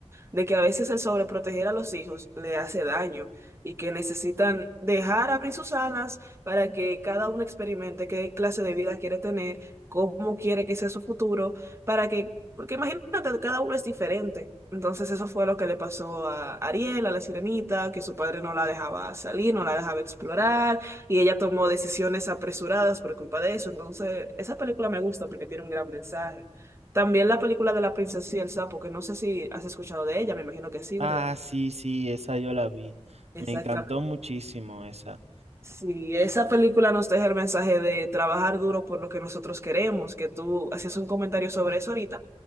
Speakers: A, on the right (about 25°); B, on the right (about 70°).
A: de que a veces el sobreproteger a los hijos le hace daño y que necesitan dejar abrir sus alas para que cada uno experimente qué clase de vida quiere tener, cómo quiere que sea su futuro, para que, porque imagínate, cada uno es diferente. Entonces eso fue lo que le pasó a Ariel, a la sirenita, que su padre no la dejaba salir, no la dejaba explorar y ella tomó decisiones apresuradas por culpa de eso. Entonces, esa película me gusta porque tiene un gran mensaje. También la película de la princesa y el sapo, que no sé si has escuchado de ella, me imagino que sí,
B: Ah,
A: ¿verdad?
B: sí, sí, esa yo la vi.
A: Exactamente.
B: Me encantó muchísimo esa.
A: Sí, esa película nos deja el mensaje de trabajar duro por lo que nosotros queremos, que tú hacías un comentario sobre eso ahorita,